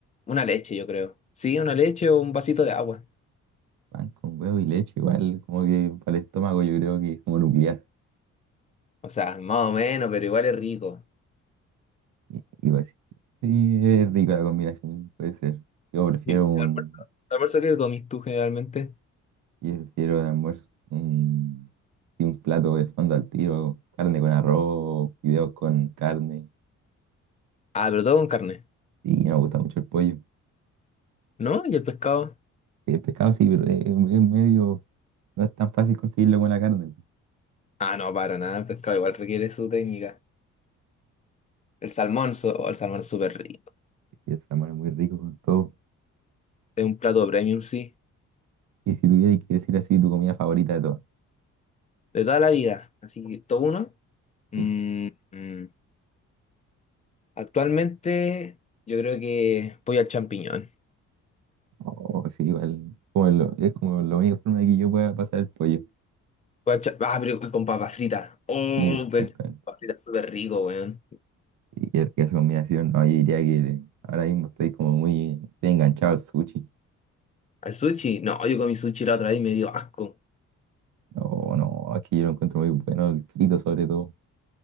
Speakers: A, on the left (about 25°); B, on the right (about 80°).
A: una leche, yo creo. Sí, una leche o un vasito de agua.
B: Pan con huevo y leche, igual, como que para el estómago yo creo que es como nuclear.
A: O sea, más o menos, pero igual es rico.
B: Y, y pues, sí, es rica la combinación, puede ser. Yo prefiero
A: ¿Y ¿Tu
B: un...
A: almuerzo? ¿Tu almuerzo qué comís tú generalmente?
B: Yo prefiero de almuerzo un... Sí, un plato de fondo al tiro, carne con arroz, fideos con carne.
A: Ah, pero todo con carne.
B: Sí, no me gusta mucho el pollo.
A: ¿No? ¿Y el pescado?
B: El pescado sí, pero es, es medio No es tan fácil conseguirlo con la carne.
A: Ah, no, para nada. El pescado igual requiere su técnica. El salmón, so- oh, el salmón es súper rico.
B: Y el salmón es muy rico con todo.
A: Es un plato premium, sí.
B: Y si tuvieras que decir así tu comida favorita de todas,
A: De toda la vida. Así que, ¿todo uno? Mm,
B: ¿sí?
A: mm. Actualmente, yo creo que pollo al champiñón.
B: Oh, sí, igual. Como lo- es como la única forma de que yo pueda pasar el pollo.
A: Guacha- Ah, pero con papas fritas. Oh,
B: Sí, exactamente.
A: pero papas fritas súper rico, weón.
B: Y el- que esa combinación, no, yo diría que ahora mismo estoy como muy estoy enganchado al sushi.
A: ¿Al sushi? No, yo comí sushi la otra vez y me dio asco.
B: No, no, aquí yo lo encuentro muy bueno, el frito sobre todo.